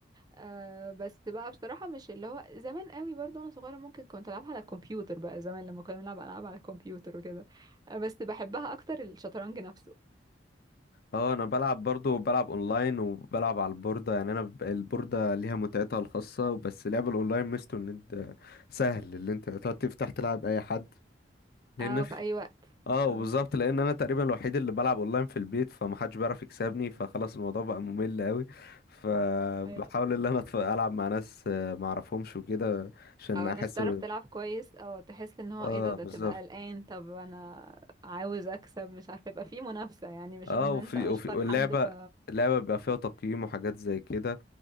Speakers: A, on the right; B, on the left.
A: آه بس بقى بصراحة مش اللي هو زمان قوي برضه وانا صغيرة ممكن كنت العبها على الكمبيوتر بقى زمان لما كنا بنلعب العاب على الكمبيوتر وكده آه بس بحبها اكتر الشطرنج نفسه
B: اه انا بلعب برضو بلعب اونلاين وبلعب على البورده يعني انا ب- البورده ليها متعتها الخاصه بس لعب الاونلاين ميزته ان انت سهل اللي انت تقعد تفتح تلعب اي حد لان
A: اه
B: في
A: في اي وقت
B: اه وبالظبط
A: أيوة.
B: لان انا تقريبا الوحيد اللي بلعب اونلاين في البيت فمحدش بيعرف يكسبني فخلاص الموضوع بقى ممل قوي فبحاول
A: أي-
B: ان انا أتف- العب مع ناس آه، ما اعرفهمش وكده عشان
A: او
B: احس
A: الناس تعرف تلعب كويس او تحس ان هو
B: اه
A: ايه ده ده
B: بالظبط
A: تبقى قلقان طب انا عاوز اكسب مش عارفه يبقى في منافسه يعني مش
B: اه
A: ان
B: وفي
A: انت اشطر
B: وفي واللعبة
A: حد ف
B: اللعبة بيبقى فيها تقييم وحاجات زي كده